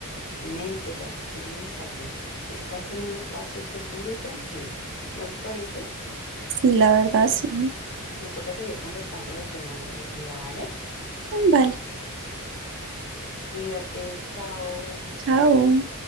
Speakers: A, on the left; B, on the right.
A: Mente, tranquilízate. Estás en un espacio seguro y tranquilo. ¿No te parece?
B: Sí, la verdad,
A: No-
B: sí.
A: Nos toca seguir conversando del tema, María Sofía, ¿vale?
B: Vale,
A: Cuídate, chao.
B: chao.